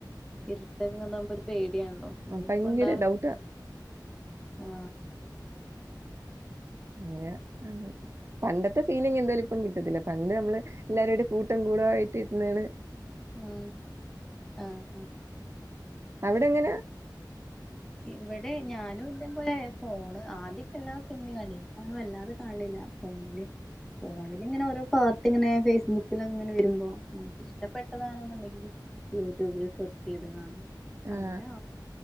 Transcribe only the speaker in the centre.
ഇര്ട്ടൊക്കെണ്ടാവുമ്പൊര് പേട്യാണല്ലോ <unintelligible>
ഇണ്ടാവാതിരിക്കട്ടെ
ആ
മ് ആ ആ
ഇവടെ ഞാനും ഇതേ പോലെ ഫോണ് ആദ്യൊക്കെ എല്ലാ സിനിമിം കണ്ടീനി ഇപ്പോ അങ്ങനെ വല്ലാതെ കാണ്ലില്ല ആ ഫോണില് ഫോണിലിങ്ങനെ ഓരോ പാർട്ട് ഇങ്ങനെ ഫേസ്ബുക്കിലക്കെ ഇങ്ങനെ വരുമ്പോ നമുക്ക് ഇഷ്ടപ്പെെട്ടതാണെന്നുണ്ടെങ്കില് യൂട്യൂബില് സെർചെയ്ത് കാണ
അങ്ങനെയ